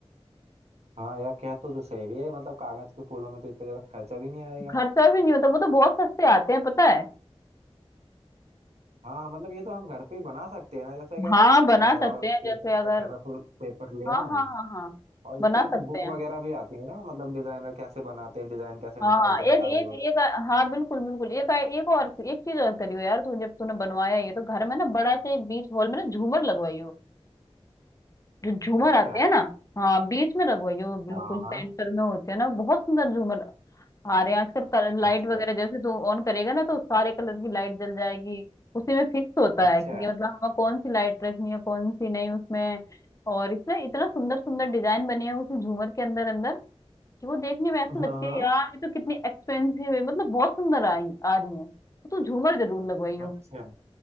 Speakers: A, on the right; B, on the left.
A: हाँ यार कह तो तू सही रही है मतलब कागज के फूलों में तो इतना ज्यादा खर्चा भी नहीं आएगा
B: खर्चा भी नहीं होता वो तो बहुत सस्ते आते हैं पता है
A: हाँ मतलब ये तो हम घर पे ही बना सकते हैं ना जैसे अगर
B: हाँ बना
A: मैं
B: सकते
A: बहुत
B: हैं
A: पेपर
B: जैसे अगर
A: कलरफुल पेपर ले
B: हाँ
A: आऊँ
B: हाँ हाँ हाँ
A: और इसके
B: बना
A: लिए तो
B: सकते
A: बुक
B: हैं
A: वगैरह भी आती है ना मतलब डिजाइनर कैसे बनाते हैं डिजाइन कैसे निकालते
B: हाँ हाँ एक
A: हैं कागज
B: एक
A: वगैरह
B: एक हाँ बिल्कुल बिल्कुल एक एक और एक चीज और करियो यार तू जब तूने बनवाया ये तो घर में ना बड़ा से एक बीच हॉल में ना झूमर लगवाइयो जो झूमर
A: पे। अच्छा
B: आते हैं ना हाँ बीच में लगवाइयो बिल्कुल
A: हाँ
B: सेंटर
A: हाँ
B: में होते हैं ना बहुत सुंदर झूमर आ रहे हैं आजकल लाइट
A: अच्छा
B: वगैरह जैसे तू ऑन करेगा ना तो सारे कलर की लाइट जल जाएगी उसी में फिक्स होता
A: अच्छा
B: है कि ये मतलब हमें कौन सी लाइट रखनी है कौन सी नहीं उसमें और इतना इतना सुंदर सुंदर डिजाइन बने हैं उसी झूमर के अंदर अंदर वो देखने में ऐसे लगती
A: हाँ हाँ
B: है यार ये तो कितनी एक्सपेंसिव है मतलब बहुत सुंदर आई आ रही है तो तू झूमर जरूर लगवाई हो
A: अच्छा